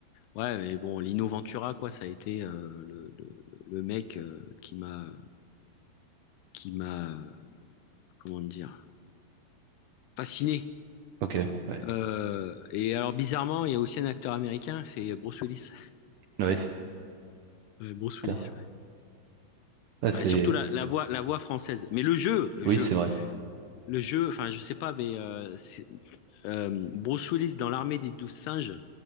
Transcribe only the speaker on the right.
ok, ouais,
ouais,
putain.
Ah, c'est,
oui,
c'est vrai,